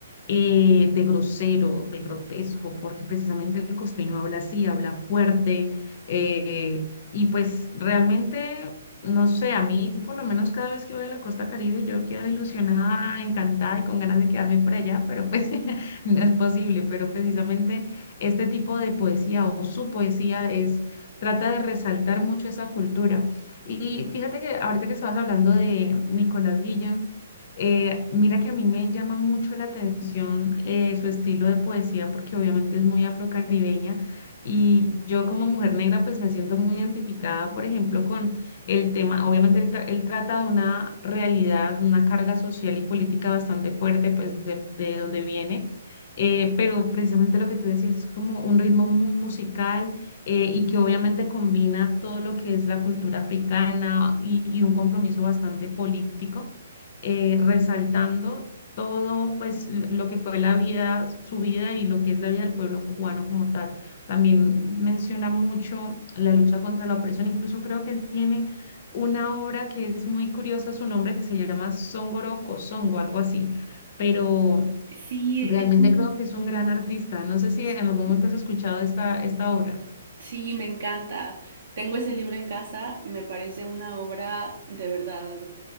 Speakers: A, on the left (about 50°); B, on the right (about 70°).
A: eh, de grosero, de grotesco, porque precisamente el costeño habla así, habla fuerte, eh, y pues realmente, no sé, a mí por lo menos cada vez que voy a la Costa Caribe yo quedo ilusionada, encantada y con ganas de quedarme por allá, pero pues <laughs> no es posible, pero precisamente este tipo de poesía o su poesía es trata de resaltar mucho esa cultura. Y fíjate que ahorita que estabas hablando de Nicolás Guillén, eh, mira que a mí me llama mucho la atención eh, su estilo de poesía, porque obviamente es muy afrocaribeña. Y yo como mujer negra, pues me siento muy identificada, por ejemplo, con el tema, obviamente él, tra- él trata de una realidad, una carga social y política bastante fuerte, pues de, de donde viene. Eh, pero precisamente lo que tú decías es como un ritmo muy musical eh, y que obviamente combina todo lo que es la cultura africana y, y un compromiso bastante político, eh, resaltando todo pues l- lo que fue la vida, su vida y lo que es la vida del pueblo cubano como tal. También menciona mucho la lucha contra la opresión, incluso creo que él tiene una obra que es muy curiosa, su nombre que se llama Songoro Songo, algo así, pero
B: Sí,
A: realmente
B: es un,
A: creo que es un gran artista. No sé si
B: es
A: en algún momento
B: un
A: has escuchado esta, esta obra.
B: Sí, me encanta. Tengo ese libro en casa, me parece una obra de verdad